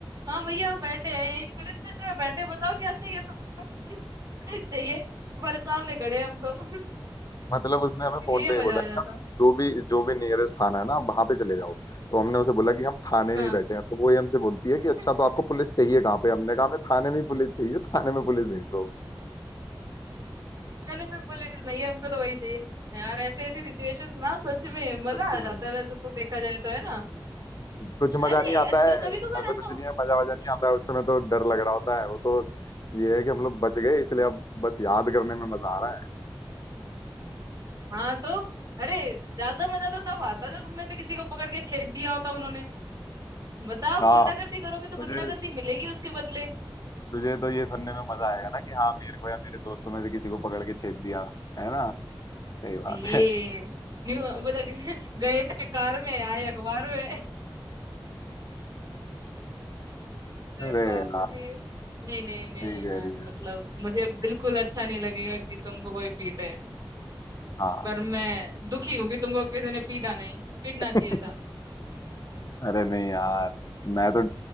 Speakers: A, on the right (about 45°); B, on the left (about 45°).
A: हाँ भैया हम बैठे हैं यहीं पुलिस स्टेशन में बैठे हैं, बताओ क्या चाहिए तुमको <laughs> कुछ चाहिए हमारे सामने खड़े हैं हम तो
B: मतलब उसने हमें
A: <laughs>
B: फोन
A: ये
B: पे ही
A: मजा
B: बोला
A: आ
B: कि
A: जाता
B: आप जो भी जो भी नियरेस्ट थाना है ना आप वहां पे चले जाओ तो हमने उसे बोला कि हम थाने
A: हाँ
B: में ही बैठे हैं तो वो ये हमसे बोलती है
A: <laughs>
B: कि अच्छा तो आपको पुलिस चाहिए कहाँ पे हमने कहा हमें थाने में ही पुलिस चाहिए थाने में पुलिस भेज दो
A: थाने में पुलिस नहीं है हमको तो वही चाहिए यार ऐसे ऐसी सिचुएशंस ना सच में मजा
B: सच
A: आ
B: में
A: जाता है वैसे तो देखा जाए तो है ना
B: कुछ मजा
A: अरे
B: नहीं आता है
A: कभी कभार
B: ऐसा
A: ऐसा
B: कुछ
A: हो
B: नहीं है मजा वजा नहीं आता है उस समय तो डर लग रहा होता है वो तो ये है कि हम लोग बच गए इसलिए अब बस याद करने में मजा आ रहा है
A: हाँ तो अरे ज्यादा मजा तो तब आता जब तुम में से किसी को पकड़ के छेद दिया होता उन्होंने बताओ
B: हाँ
A: गुंडागर्दी करोगे तो
B: तुझे
A: गुंडागर्दी मिलेगी उसके बदले
B: तुझे तो ये सुनने में मजा आएगा ना कि हाँ मेरे को या मेरे दोस्तों में से किसी को पकड़ के छेद दिया है ना सही बात
A: ये
B: है
A: न्यू मतलब <laughs> गए थे कार में आए अखबार में अरे
B: <laughs> अरे
A: बाप
B: यार
A: रे नहीं नहीं नहीं
B: ठीक है
A: यार
B: ठीक है
A: मतलब मुझे बिल्कुल अच्छा नहीं लगेगा कि तुमको कोई पीटे
B: हाँ
A: पर मैं दुखी हूँ कि तुमको किसी ने पीटा नहीं पीटना
B: <laughs>
A: चाहिए था
B: अरे नहीं यार मैं तो